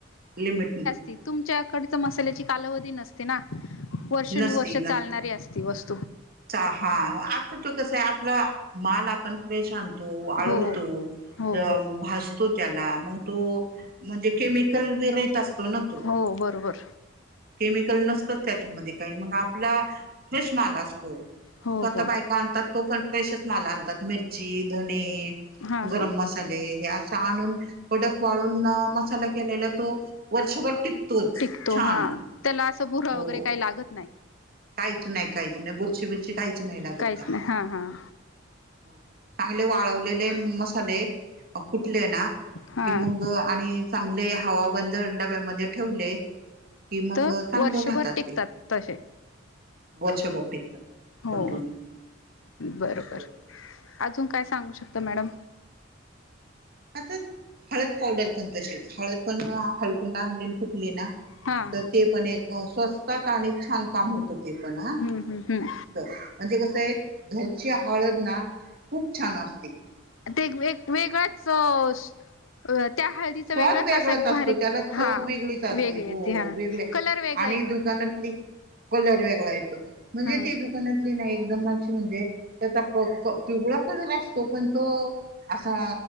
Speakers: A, on the right; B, on the left.
A: लिमिटन
B: ती तुमच्याकडचं मसाल्याची कालावधी नसते ना, वर्षानुवर्ष
A: नसती
B: चालणारी
A: नसती
B: असती वस
A: चा हा आता तर कसंय आपलं माल आपण फ्रेश आणतो, वाळवतो,
B: हो हो
A: अ भासतो त्याला मग तो म्हणजे केमिकल विराइत असतो ना तो,
B: हो बरोबर
A: केमिकल नस तो त्याच्यामधी काय, मग आपला फ्रेश माल असतो, मग
B: हो
A: तो आता
B: हो
A: बायका आणतात तो पण फ्रेशच माल आणतात मिरची, धणे,
B: हां
A: गरम
B: हां
A: मसाले हे आस स आणून कडक वाळून अ मसाला केलेला तो वर्षभर टिकतोच
B: टिकतो
A: छान,
B: हां त्याला असं भुरा
A: हो.
B: वगैरे काही लागत नाही
A: काहीच नाही काहीच नाही बुरशी बिरशी काहीच नाही लागत
B: काहीच
A: त्याला.
B: नाही हां हां
A: हो चांगले वाळवलेले मसाले अ कुटले ना
B: हां
A: कि मग आणि चांगले हवाबंद डब्यामध्ये ठेवले, की मग
B: तर
A: चांगले
B: वर्षभर
A: राहतात
B: टिकतात
A: ते.
B: तसे
A: वर्षभर टिकतात,
B: हो
A: कंटिन्यु
B: बरोबर
A: वर्षभर टिकतात.
B: अजून काय सांगू शकता मॅडम?
A: आता हळद पावडर पण तशीच, हळद पण हाळकुंड आणली अन कुट ली ना
B: हां
A: तर ते पण एक स्वस्तात आणि छान काम होतं ते पण हा,
B: हम्म हम्म हम्म
A: मस्त म्हणजे कसंय घरची हळद ना खूप छान असती.
B: अन ते एक वे वेगळंच श अ त्या हळदीचा
A: स्वाद
B: वेगळाच असा
A: असतो
B: भारी एक
A: त्याला चव
B: हा
A: वेगळीच असते
B: वेगळी
A: हो
B: येती, हा
A: वेगळे
B: कलर वेगळं
A: आणि दुकानातली कलर वेगळा येतोच, म्हणजे
B: हा
A: ती दुकानातली नाय् एकदम अशी म्हणजे त्याचा क क पिवळा कलर असतो, पण तो असा